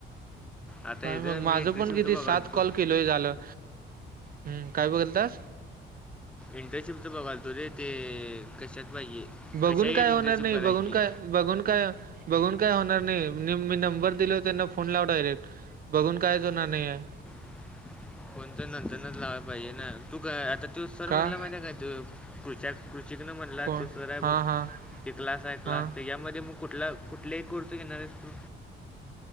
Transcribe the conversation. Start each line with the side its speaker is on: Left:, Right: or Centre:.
Centre: आता
Right: काय
Centre: इथं
Right: मग
Centre: मी
Right: माझ
Centre: इंटर्नशिपचं
Right: पण किती
Centre: बघालतो
Right: सात कॉल केलय झालं हम्म काय बघल तर
Centre: इंटर्नशिपच बघाल तु रे ते कशात पाहिजे
Right: बघून
Centre: कशा यात
Right: काय होणार
Centre: इंटर्नशिप
Right: नाही
Centre: करायची
Right: बघून काय बघून काय बघून काय होणार नाही मी नंबर दिल त्यांना फोन लाव डायरेक्ट बघून कायच होणार नाही आहे
Centre: <inaudible> कोणत नंतरनच लावायला पाहिजे ना तू का आता तू सर
Right: का
Centre: म्हणला माहितीे काय कृष श म्हणला
Right: कोण
Centre: तो सरय
Right: हा
Centre: बघ
Right: हा
Centre: ते क्लास आहे क्लास
Right: हा
Centre: तर यामध्ये मग कुठ कुठला कुठलाही कुर्त घिणारसतो